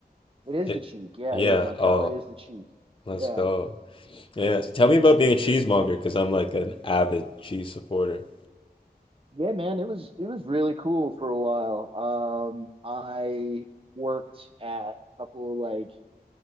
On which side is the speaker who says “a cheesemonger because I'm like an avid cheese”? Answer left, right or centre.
Left